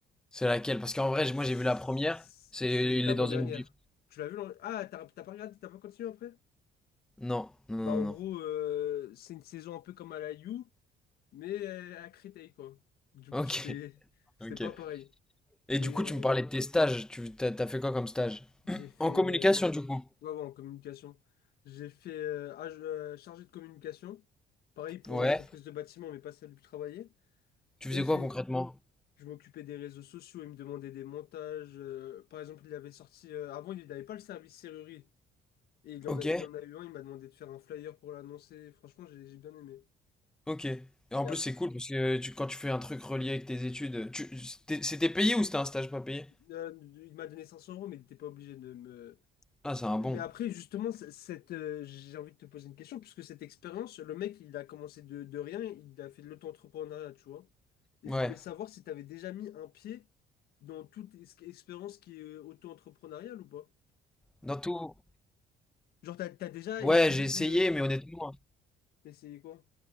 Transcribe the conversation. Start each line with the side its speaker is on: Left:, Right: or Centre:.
Centre: C'est laquelle? Parce qu'en vrai, j-
Left: C'est
Centre: moi, j'ai vu la première. C'est...
Left: l'avant-dernière.
Centre: Il est dans une... bi-
Left: Tu l'as vu? l'an- Ah, t'as t'as pas regardé, t'as pas continué après?
Centre: Non, non,
Left: Bah,
Centre: non,
Left: en
Centre: non.
Left: gros, euh, c'est une saison un peu comme à la You, mais euh, à Créteil, quoi. Du
Centre: Ok.
Left: coup, c'était
Centre: <laughs>
Left: <laughs> c'était
Centre: Ok.
Left: pas pareil.
Centre: Et
Left: Mais
Centre: du coup,
Left: euh,
Centre: tu me parlais de tes stages. Tu, t'as t'as fait quoi comme stage?
Left: j'ai fait.
Centre: En communication,
Left: euh,
Centre: du coup.
Left: Ouais, ouais, en communication. J'ai fait euh, ag- euh, chargé de communication. Pareil pour
Centre: Ouais.
Left: une entreprise de bâtiment, mais pas celle où je travaillais.
Centre: Tu
Left: Et
Centre: faisais
Left: j'ai.
Centre: quoi concrètement?
Left: Je m'occupais des réseaux sociaux, il me demandait des montages. euh, par exemple, il avait sorti. euh, avant, il n'avait pas le service serrurerie. Et il
Centre: Ok,
Left: en a, il en a eu un, il m'a demandé de faire un flyer pour l'annoncer. Franchement, j'ai j'ai bien aimé.
Centre: ok. Et en
Left: Et
Centre: plus,
Left: après,
Centre: c'est cool parce que tu- quand tu fais un truc relié avec tes études, tu- c'était c'était payé ou c'était un stage pas payé?
Left: euh, il m'a donné 500 euros, mais il n'était pas obligé de me.
Centre: Ah, c'est un
Left: Mais,
Centre: bon.
Left: mais après, justement, c- cette, euh, j'ai envie de te poser une question, puisque cette expérience, le mec, il a commencé de, de rien, il a fait de l'auto-entrepreneuriat, tu vois. Et
Centre: Ouais.
Left: je voulais savoir si tu avais déjà mis un pied dans toute es- expérience qui est euh, auto-entrepreneuriale ou pas.
Centre: Dans tout.
Left: Genre, t'as, t'as déjà
Centre: Ouais,
Left: essayé
Centre: j'ai essayé,
Left: de.
Centre: mais honnêtement,
Left: D'essayer quoi?